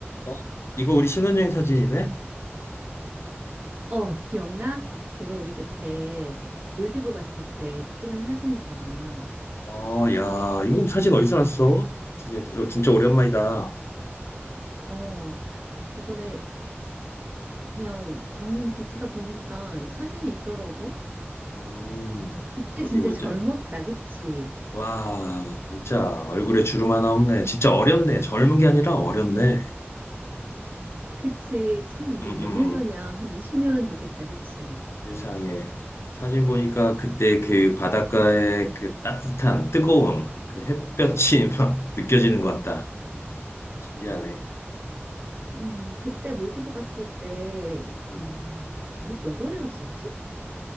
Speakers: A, on the left; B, on the right.
A: 어? 이거 우리 신혼여행 사진이네?
B: 어, 기억나? 이거 우리 그때 몰디브 갔을 때 찍은 사진이잖아.
A: 어, 야, 이거 사진 어디서 났어? 진짜 이거 진짜 오랜만이다.
B: 어, 저번에 그냥 장롱 뒤지다 보니까 이 사진이 있더라고.
A: 음,
B: 이때
A: 어디
B: 진짜
A: 보자.
B: 젊었다, 그치?
A: 와, 진짜 얼굴에 주름 하나 없네. 진짜 어렸네. 젊은 게 아니라 어렸네.
B: 그치. 참 이게
A: 음,
B: 몇 년 전이야.
A: 음.
B: 한 20년은 됐겠다, 그치?
A: 세상에. 사진 보니까 그때 그 바닷가의 그 따뜻한, 뜨거운 그 햇볕이 <laughs> 막 느껴지는 것 같다. 신기하네.
B: 음, 그때 몰디브 갔을 때,
A: 음. 음.
B: 어, 우리 몇 월에 갔었지?